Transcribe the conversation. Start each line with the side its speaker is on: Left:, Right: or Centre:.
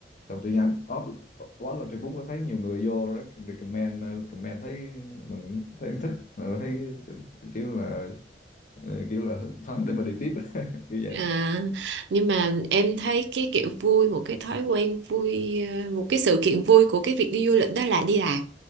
Left: xong tự nhiên anh up post lên Facebook có thấy nhiều người vô recommend comment thấy mình thấy anh thích Ờ, thấy kiểu là Ờ, kiểu là hưng phấn để mà đi tiếp <laughs> kiểu vậy
Right: à, nhưng mà em thấy cái kiểu vui một cái thói quen vui ờ, một cái sự kiện vui của cái việc đi du lịch đó là đi làm